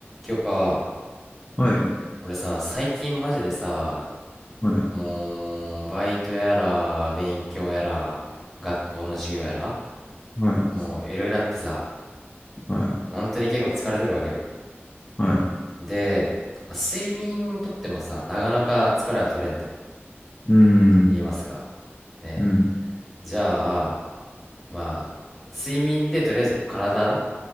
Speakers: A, in the centre; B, on the left.
A: 今日か、
B: はい、
A: 俺さ、最近マジでさ、
B: はい、
A: もう、バイトやら、勉強やら、学校の授業やら、
B: はい、
A: もう、いろいろあってさ、
B: は
A: 本当に結構疲れてるわけよ。
B: い、はい。
A: で、まあ、睡眠とってもさ、なかなか疲れは取れんと
B: うん、
A: 言いますか。ね。
B: うん、
A: じゃあ、まあ、睡眠でとりあえずこう体